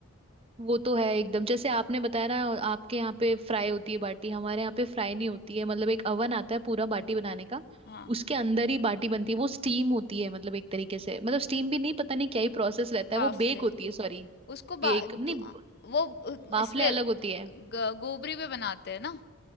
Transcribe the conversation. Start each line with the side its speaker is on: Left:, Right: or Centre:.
Right: वो तो है एकदम जैसे आपने बताया ना आपके यहाँ पे फ्राई होती है बाटी हमारे यहाँ पे फ्राई नहीं होती है मतलब एक अवन आता है पूरा बाटी बनाने का
Left: हाँ
Right: उसके अंदर ही बाटी बनती है वो स्टीम होती है मतलब एक तरीके से मतलब स्टीम भी नहीं पता नहीं क्या ही प्रोसेस रहता है
Left: बाफले
Right: वो बेक होती है सॉरी
Left: उसको
Right: बेक
Left: बा
Right: नहीं
Left: दु- आ- वो उ-
Right: बाफले
Left: इसपे
Right: अलग होती है
Left: ग- गोबरी पे बनाते हैं ना